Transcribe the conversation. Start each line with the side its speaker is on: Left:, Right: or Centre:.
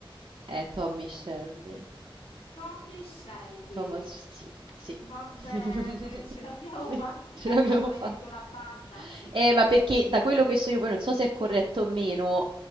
Right: È Tommy Shelby.
Left: Tommy Shelby.
Right: Thomas, sì, sì.
Left: Va bene,
Right: <laughs>
Left: ce l'abbiamo
Right: Sì,
Left: fatta.
Right: ce
Left: Eh,
Right: l'abbiamo
Left: quando mi
Right: fatta.
Left: hai detto la banda. Sì,
Right: Eh,
Left: va
Right: ma
Left: bene,
Right: perché
Left: ok.
Right: da quello che so io, poi non so se è corretto o meno,